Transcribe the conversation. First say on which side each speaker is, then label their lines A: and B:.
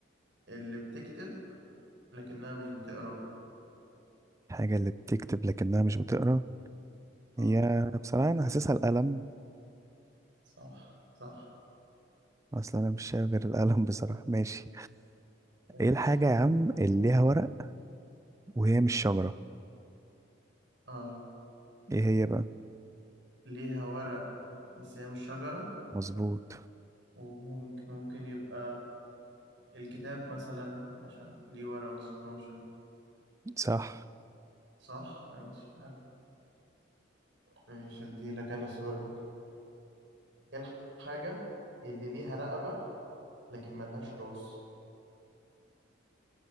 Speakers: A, on the right; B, on the right.
A: اللي بتكتب لكنها مش بتقرا
B: الحاجة اللي بتكتب لكنها مش بتقرا
A: اه
B: هي بصراحة أنا حاسسها القلم
A: صح صح
B: أصل أنا مش شايف غير القلم بصراحة ماشي
A: ماشي
B: ايه الحاجة يا عم اللي ليها ورق وهي مش شجرة
A: اه
B: ايه هي بقى
A: ليها ورق بس هي مش شجرة
B: مظبوط
A: وممكن ممكن يبقى الكتاب مثلا عشان ليه ورق بس هو مش شجرة.
B: صح
A: صح ماشي حلو ماشي اديلك انا سؤال ايه الحاجة اللي ليها رقبة لكن ملهاش راس